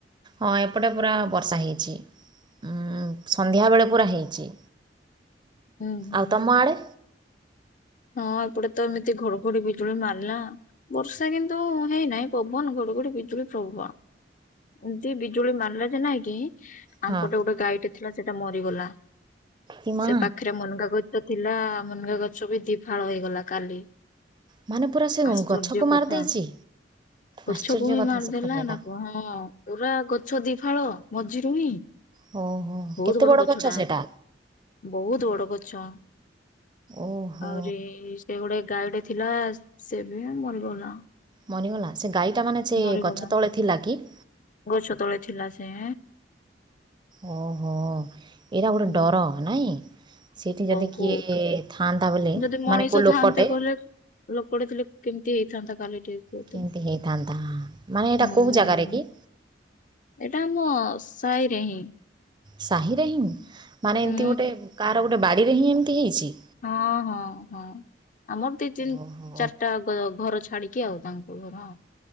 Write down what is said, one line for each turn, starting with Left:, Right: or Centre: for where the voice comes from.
Right: ହଁ ଏପଟେ ପୁରା ବର୍ଷା ହେଇଛି ଉଁ ସନ୍ଧ୍ୟାବେେଳେ ପୁରା ହେଇଛି
Left: ହୁଁ ହୁଁ
Right: ଆଉ ତମ ଆଡ଼େ
Left: ହଁ ଏପଟେ ତ ଏମିତି ଘଡଘଡି ବିଜୁଳି ମାରିଲା ବର୍ଷା କିନ୍ତୁ ହେଇନାହିଁ ପବନ ଘ ଡଘଡି ବିଜୁଳି ପ୍ରଭବ ଏମତି ବିଜୁଳି ମାରିଲା ଯେ ନାଇଁ କି ଆମପଟେ
Right: ହଁ
Left: ଗୋଟେ ଗାଈଟେ ଥିଲା ସେଟା ମରିଗଲା
Right: ଏ ମା'
Left: ସେ ପାଖରେ ମନକା କ ଥିଲା ମୁନଗା ଗଛ ବି ଦିଫାଳ ହେଇଗଲା କାଲି
Right: ମାନେ ପୁରା ସେ
Left: ଆଶ୍ଚର୍ଯ୍ୟ
Right: ଗଛକୁ ମାରିଦେଇଛି
Left: କଥା ଗଛକୁ
Right: ଆଶ୍ଚର୍ଯ୍ୟ
Left: ବି
Right: କଥା
Left: ମାରିଦେଲା
Right: ସତରେ ଏଇଟା
Left: ନା କଣ ହଁ ପୁରା ଗଛ ଦି ଫାଳ ମଝିରୁ ହିଁ
Right: ଓହୋ
Left: ବହୁତ
Right: କେତେ
Left: ବଡ
Right: ବଡ଼
Left: ଗଛ ଟା
Right: ସେଟା?
Left: ବହୁତ ବଡ ଗଛ
Right: ଓହୋ
Left: ଆହୁରି ସେ ଗୋଟେ ଗାଈଟେ ଥିଲା ସେ ବି ମରିଗଲା
Right: ମରିିଗଲା ସେ ଗାଈ ଟା ମାନେ ସେ
Left: ମରିଗଲା
Right: ଗଛ ତଳେ ଥିଲା କି
Left: ଗଛ ତଳେ ଥିଲା ସେ
Right: ଓହୋ ଏଇଟା ଗୋଟେ
Left: ହୁଁ
Right: ଡର ନାଇଁ ସେଇଠି
Left: ବହୁତ
Right: ଯଦି କିଏ ଥାଆନ୍ତା ବୋଲେ
Left: ଯଦି ମଣିଷ
Right: ମାନେ କେଉଁ ଲୋକଟେ
Left: ଥାନ୍ତେ କହିଲେ ଲୋକଟେ ଥିଲେ କେମିତି ହେଇଥାନ୍ତା କାଲି ଟିକେ କୁହତ
Right: କେମିତି ହେଇଥାନ୍ତା ମାନେ ଏଇଟା
Left: ହୁଁ
Right: କେଉଁ ଜାଗାରେ କି?
Left: ଏଇଟା ଆମ ସାହି ରେ ହିଁ
Right: ସାହିରେ ହିଁ ମାନେ
Left: ହୁଁ
Right: ଏମିତି ଗୋଟେ କାହାର ଗୋଟେ ବାଡିରେ ହିଁ ଏମିତି ହେଇଛି
Left: ହଁ ହଁ ହଁ ଆମର ଦି ତିନି
Right: ଓହୋ
Left: ଚାରିଟା ଘର ଛାଡିକି ଆଉ ତାଙ୍କ ଘର ଅ